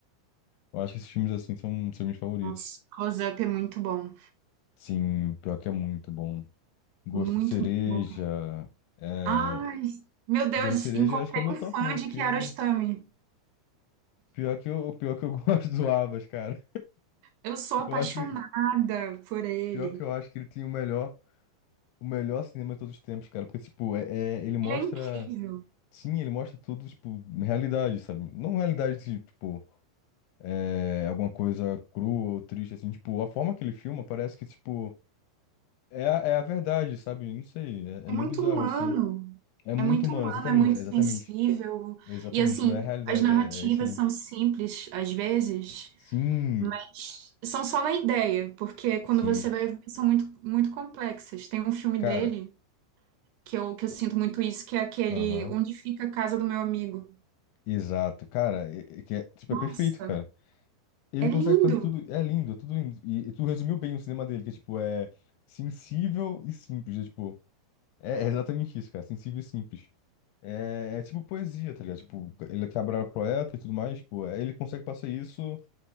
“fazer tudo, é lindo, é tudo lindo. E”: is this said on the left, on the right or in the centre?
Left